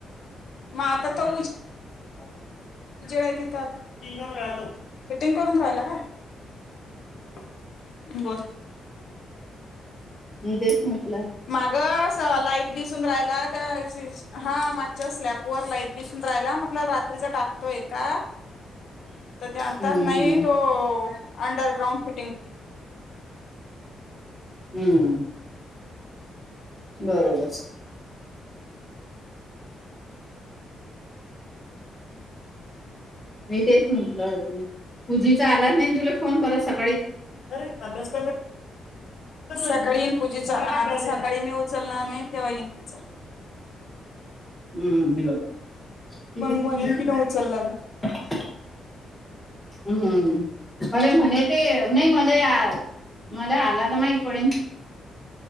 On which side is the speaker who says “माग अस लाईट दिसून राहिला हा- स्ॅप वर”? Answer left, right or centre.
Left